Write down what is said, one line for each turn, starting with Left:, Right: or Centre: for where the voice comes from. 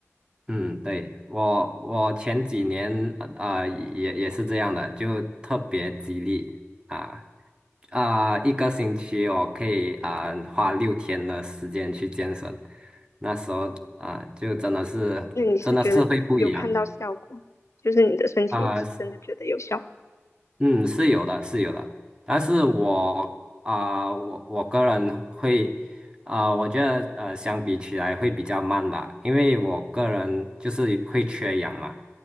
Right: 嗯，对，我我前几年啊、呃也也是这样的，就特别激励啊啊、一个星期我可以啊、花六天的时间去健身，那时候啊、就真的是真的是会不一样
Left: 那你是觉得有看到效果，就是你的身体你是真的觉得有效果？
Right: 啊、嗯，是有的，是有的，但是我啊、我我个人会啊、我觉得呃，相比起来会比较慢吧，因为我个人就是会缺氧嘛，